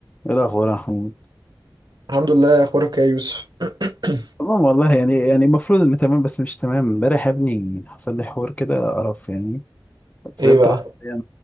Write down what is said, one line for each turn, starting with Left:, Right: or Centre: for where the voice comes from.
Left: ايه الاخبار يا محمود
Right: الحمد لله اخبارك إيه يا يوسف <clears throat> <coughs>
Left: تمام والله يعني يعني المفروض اني تمام بس مش تمام امبارح يا ابني حصل لي حوار كده قرف يعني فضلت
Right: ايه بقى
Left: حرفيا